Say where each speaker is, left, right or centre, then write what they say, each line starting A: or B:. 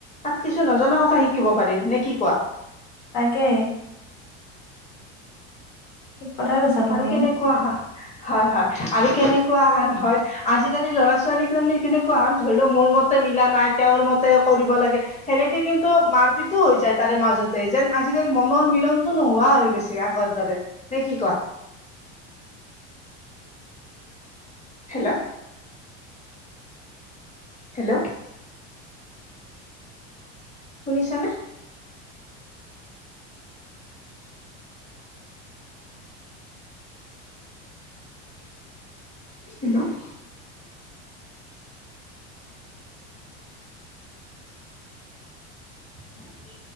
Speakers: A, on the left (about 20°); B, on the left (about 65°).
A: তাত কিছু নজনা কথা শিকিব পাৰি, নে কি কোৱা?
B: তাকে। ঠিক কথাই কৈছা তুমি।
A: আৰু কেনেকুৱা হা, হয় হয়, আৰু কেনেকুৱা হয় ন হয়, আজিকালি ল'ৰা ছোৱালী তাৰমানে কেনেকুৱা হয়, ধৰি লোৱা মোৰ মতে মিলা নাই, তেওঁৰ মতে কৰিব লাগে সেনেকে কিন্তু মাৰপিটো হৈ যায় তাৰে মাজতে, যেন আজিকালি মনৰ মিলনটো নোহোৱা হৈ গৈছে। আগৰ দৰে, নে কি কোৱা? হেল্ল' হেল্ল' শুনিছানে? হেল্ল' উ